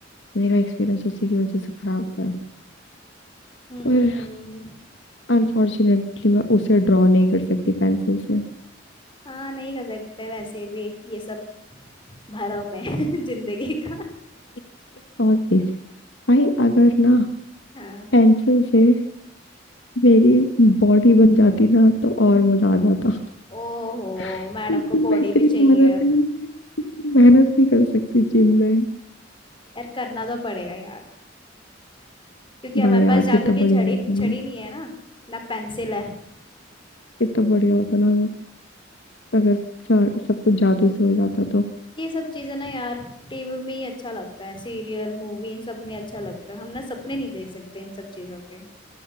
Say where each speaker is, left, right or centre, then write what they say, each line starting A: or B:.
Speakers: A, on the left; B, on the left.
A: मेरा एक्सपीरियंस उसी की वजह से खराब हुआ है
B: हम्म
A: पर
B: हम्म।
A: अनफॉर्चुनेटली मैं उसे ड्रॉ नहीं कर सकती पेंसिल से
B: हाँ नहीं कर सकते वैसे भी ये सब भरम है <laughs> जिंदगी का
A: एक और चीज भाई अगर ना
B: हाँ
A: पेंसिल से मेरी बॉडी बन जाती ना तो और
B: हम्म हम्म।
A: मजा आ जाता
B: ओहो
A: क्योंकि
B: मैडम को बॉडी
A: मैं इतनी
B: भी
A: मेहनत
B: चाहिए अब
A: नहीं इतनी मेहनत नहीं कर सकती जिम में
B: यार करना तो पड़ेगा यार क्योंकि हमारे
A: भाई यार
B: पास जादू
A: कितना
B: की
A: बढ़िया
B: झड़ी
A: होता ना
B: छड़ी नहीं है ना ना पेंसिल है
A: कितना बढ़िया होता ना अगर सा- सब कुछ जादू से हो जाता तो
B: ये सब चीजें ना यार टीवी में ही अच्छा लगता है सीरियल मूवी इन सब में अच्छा लगता है हम ना सपने नहीं देख सकते इन सब चीजों के